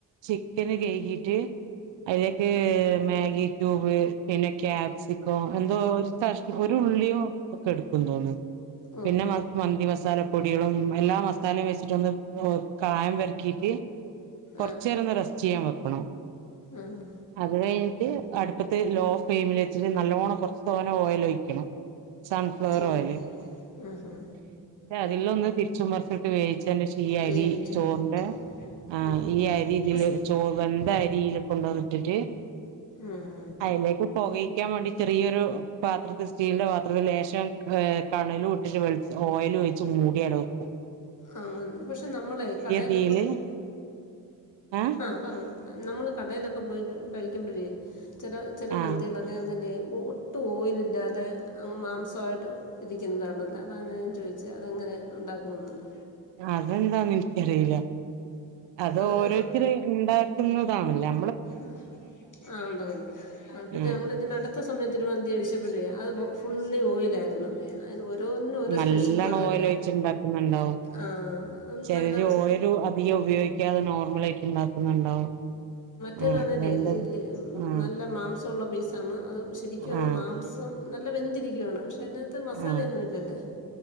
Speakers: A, on the right; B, on the left.
A: ചിക്കന് കഴകിട്ട് മ
B: ഉം
A: മാഗി കൂബ പിന്നെ ക്യാപ്സിക്കോ എന്തോ ഒരു ഉള്ളിയോ ഒക്കെ എടുക്കും തോന്നുന്നു
B: ഓഹോ
A: പിന്നെ മന്തി മസാലപ്പൊടികളും എല്ലാ മസാലയും വെ- വ കായം വരക്കീട്ട് കൊറച്ച
B: ആഹ്
A: നേേരൊന്ന് റെസ്റ്റ് ചെയ്യാൻ വെക്കണോ
B: ആഹ്
A: കഴിഞ്ഞിട്ട് അടുപ്പത്ത് ലോ ഫ്ലെയിമിൽ വെച്ചിട്ട് നല്ലവോണം കുറച്ച് തോന ഓയിൽ ഒഴിക്കണം സൺഫ്ലവർ
B: ഓഹ്
A: ഓയിയില്
B: ആഹ് ആഹ്
A: അതില് ഒന്ന് ചുമർ സുട്ട വയി <unintelligible> പക്ഷേ ഈ അരി
B: വേവിച്ചെടുക്കും
A: ചോറിന്റെ ആ
B: ആഹ്
A: ഈ അരി ഇതില്
B: പക്ഷെ
A: ചോറ് എന്ത അരിൽ കൊണ്ടുവന്ന എന്നിട്ട്
B: ആഹ്
A: അതിലേക്ക് പോകായ്ക്കാൻ വേണ്ടി ചെറിയൊരു പാത്രത്തി- സ്റ്റീലിന്റെ പാത്രത്തിന് ലേശം ഏ കണലും ഇട്ടിട്ട് വള ഓയിൽ ഒഴിച്ച് മൂടി അടക്കും
B: ആ പക്ഷെ നമ്മള് കടയിലൊക്കെ
A: തീയില് ഏഹ്
B: ആഹ പറഞ്ഞു നമ്മള് കടയിലൊക്കെ പോയി കഴിക്കുമ്പോഴേ ചില ചില
A: ആഹ്
B: മന്തികളൊക്കെ അല്ലേ ഒട്ടും ഓയിലില്ലാതെങ്ങ് മാംസമായിട്ട് ഇരിക്കുന്നതാണല്ലോ അതാണ് ഞാൻ ചോദിച്ചത് അതെങ്ങനെ ഉണ്ടാക്കുമെന്നതാണ് <unintelligible>
A: അതെന്താന്ന് എനിക്കറിയില്ല അത്
B: അങ്ങനെ
A: ഓരോത്തർ ഉണ്ടാക്കുന്നതാണല്ലോ
B: ഉ ആ ഉണ്ട ആ പിന്നെ
A: ആഹ്
B: നമ്മള അടുത്ത സമയത്ത് കുഴിമന്തി കഴിച്ചപ്പോഴേ അത് ഫുള്ളി ഓയിലായിരുന്നു ഓരോന്നിനും ഓരോ
A: നല്ലോണം
B: സ്പെഷ്യൽ പറയല്ലേ
A: ഓയിൽ ഒഴിച്ചുണ്ടാക്കുന്നുണ്ടാവും
B: ആഹ് അത്
A: ചെറിയ
B: നല്ല
A: ഓയിൽ അധികം ഉപയോഗിക്കാതെ നോർമല് ആയിട്ട് ഉണ്ടാക്കുന്നുണ്ടാവും.
B: തിന്നുന്നില്ലേ
A: ആ രണ്ടത് ആ
B: നല്ല മാംസം. ഉള്ള പീസാണ്. അത് ശരിക്കും അങ്ങ്
A: ആ
B: മാംസം. നല്ല വെന്തിരിക്കുവാണ് പക്ഷെ അതിനകത്ത് മസാലയൊന്നും
A: ആ
B: ഇല്ലല്ലേ